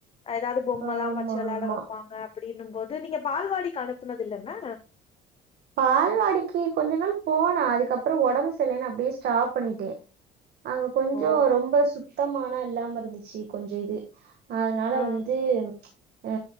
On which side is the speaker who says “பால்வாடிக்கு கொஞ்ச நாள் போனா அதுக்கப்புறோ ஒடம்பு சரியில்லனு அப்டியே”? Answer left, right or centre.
Right